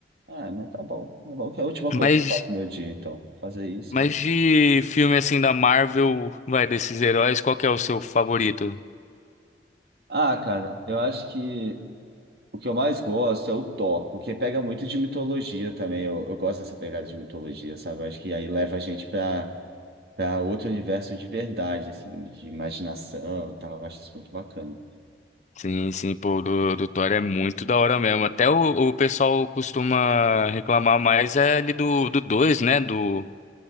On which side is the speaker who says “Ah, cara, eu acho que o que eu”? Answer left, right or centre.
Right